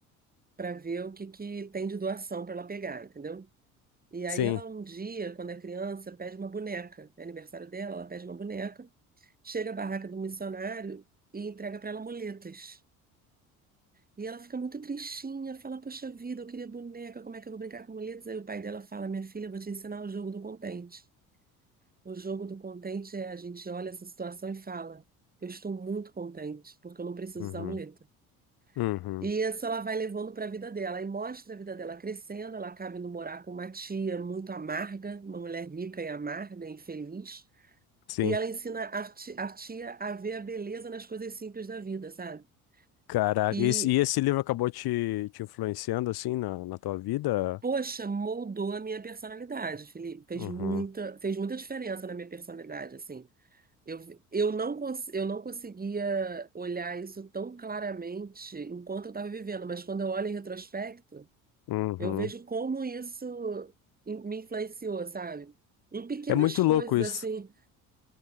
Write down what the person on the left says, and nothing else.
sim,
uhum,
uhum,
sim.
Caraca,
e esse, e esse livro acabou te, te influenciando assim na, na tua vida?
Uhum,
uhum.
É muito
louco isso.